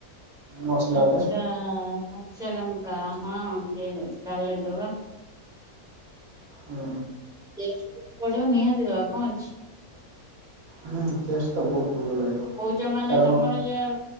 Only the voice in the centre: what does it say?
ଆଚ୍ଛା କଞ୍ଚଲଙ୍କା ହଁ ଯେ ତାହଲେ ଦେବା।
ଟେଷ୍ଟ ଯଦି ବଢିବ ନିହାତି ଦବା କଣ ଅଛି।
କୋଉଚ ମାନେ
ତମର ଯା